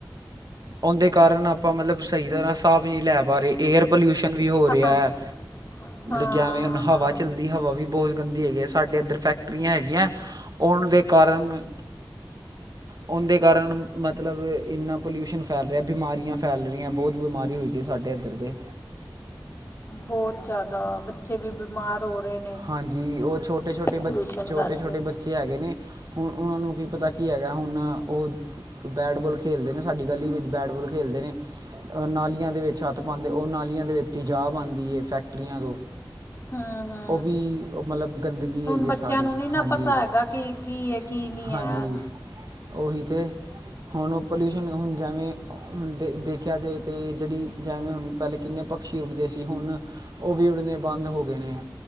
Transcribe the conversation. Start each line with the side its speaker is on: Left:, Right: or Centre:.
Right: ਉਹਦੇ ਕਾਰਨ ਆਪਾਂ ਮਤਲਬ ਸਹੀ ਤਰ੍ਹਾਂ ਸਾਹ ਵੀ ਨਹੀਂ ਲੈ ਪਾ ਰਹੇ ਏਅਰ ਪੋਲਿਊਸ਼ਨ ਵੀ ਹੋ ਰਿਹਾ
Left: ਹਾਂ
Right: ਹੈ
Left: ਹਾਂ
Right: ਜਿਵੇਂ ਹੁਣ ਹਵਾ
Left: ਹਾਂ,
Right: ਚੱਲਦੀ ਹਵਾ ਵੀ ਬਹੁਤ ਗੰਦੀ ਹੈਗੀ ਆ ਸਾਡੇ ਇੱਧਰ ਫੈਕ ਟੈਕਟਰੀਆਂ ਹੈਗੀਆਂ ਔਣ ਦੇ ਕਾਰਨ ਉਹਦੇ ਕਾਰਨ ਮਤਲਬ ਇੰਨਾ ਪੋਲਊਸ਼ਨ ਫੈਲ ਰਿਹਾ ਬਿਮਾਰੀਆਂ ਫੈਲ ਰਹੀਆਂ ਬਹੁਤ ਬਿਮਾਰੀ ਹੋ ਦੀ ਸਾਡੇ ਇੱਧਰ ਤੇ
Left: ਬਹੁਤ ਜਿਆਦਾ ਬੱਚੇ ਵੀ ਬਿਮਾਰ ਹੋ ਰਹੇ ਨੇ
Right: ਹਾਂਜੀ ਉਹ ਛੋਟੇ-ਛੋਟੇ
Left: ਪੋਲੂਸ਼ਨ
Right: ਬ ਛੋਟੇ-ਛੋਟੇ
Left: ਕਰਕੇ
Right: ਬੱਚੇ ਹੈਗੇ ਨੇ ਹੁਣ ਉਹਨਾਂ ਨੂੰ ਕੀ ਪਤਾ ਕੀ ਹੈਗਾ ਹੁਣ ਉਹ ਬੈਟਬੋਲ ਖੇਲਦੇ ਨੇ ਸਾਡੀ ਗਲੀ ਵਿੱਚ ਬੈਟਬਲ ਖੇਲਦੇ ਨੇ ਨਾਲੀਆਂ ਦੇ ਵਿੱਚ ਹੱਥ ਪਾਉਂਦੇ ਉਹ ਨਾਲੀਆਂ ਦੇ ਵਿੱਚ ਤੇਜਾਾਹ ਆਂਦੀ ਹੈ ਫੈਕਟਰੀਆਂ ਤੋਂ
Left: ਹ-ਹ
Right: ਉਹ ਵੀ ਉਹ ਮਤਲਬ ਗੰਦਗੀ ਹੈਗੀ
Left: ਬੱਚਿਆਂ
Right: ਹੈ। ਸਾਰੀ
Left: ਨੂੰ ਨਹੀਂ ਨਾ
Right: ਹਾਂਜੀ-ਹਾਂਜੀ
Left: ਪਤਾ ਹੈਗਾ ਕਿ ਕੀ ਹੈ ਕੀ ਨਹੀਂ ਹੈ
Right: ਉਹੀ ਤੇ ਹੁਣ ਉਹ ਪੋਲਿਊਸ਼ਨ ਹੁਣ ਜੇਵੇਂ ਦੇ ਦੇਖਿਆ ਜਾਏ ਤੇ ਜਿਹੜੀ ਜਿਵੇਂ ਹੁਣ ਪਹਿਲੇ ਕਿੰਨੇ ਪਕਸ਼ੀ ਉੱਡਦੇ ਸੀ, ਹੁਣ ਉਹ ਵੀ ਉੱਡਣੇੇ ਬੰਦ ਹੋ ਗਏ ਨੇ